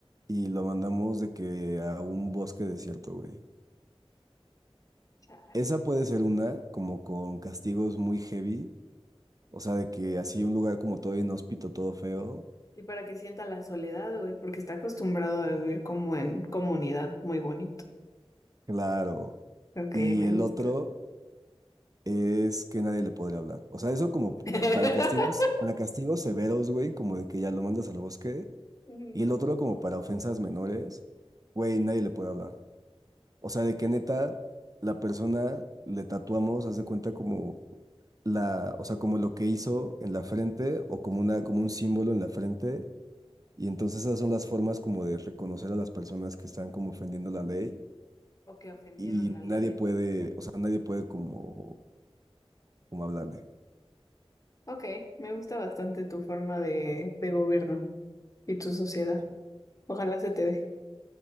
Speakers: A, on the right (about 35°); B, on the left (about 35°).
A: y lo mandamos de que a un bosque desierto, güey.
B: Chale.
A: Esa puede ser una, como con castigos muy heavy, o sea, de que así un lugar como todo inhóspito, todo feo,
B: Y para que sienta la soledad, güey, porque está acostumbrado a vivir como en comunidad, muy bonito.
A: claro.
B: Ok,
A: Y
B: me
A: el
B: gusta.
A: otro es que nadie le podría hablar. O sea, eso como
B: <laughs>
A: para castigos, para castigos severos, güey, como de que ya lo mandas al bosque.
B: Ujú.
A: Y el otro como para ofensas menores, güey, nadie le puede hablar. O sea, de que neta, la persona le tatuamos, haz de cuenta como la, o sea, como lo que hizo en la frente o como una, como un símbolo en la frente. Y entonces esas son las formas como de reconocer a las personas que están como ofendiendo la ley
B: O que ofendieron
A: y
B: la ley
A: nadie puede, o sea, nadie puede como, como hablarle.
B: Ok, me gusta bastante tu forma de, de gobierno y tu sociedad.
A: Sí.
B: Ojalá se te dé.